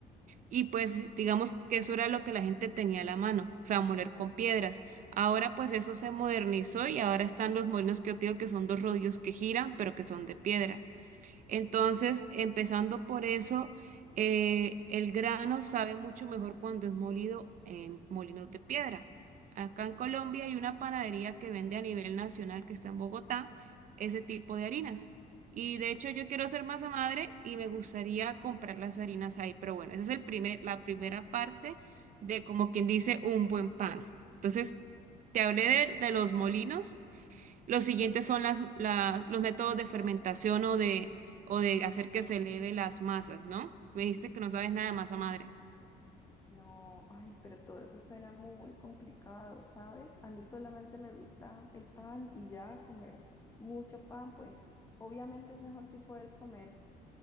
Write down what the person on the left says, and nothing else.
No, ay, pero todo eso suena muy complicado, ¿sabes? A mí solamente me gusta el pan y ya comer mucho pan, pues obviamente es mejor si puedes comer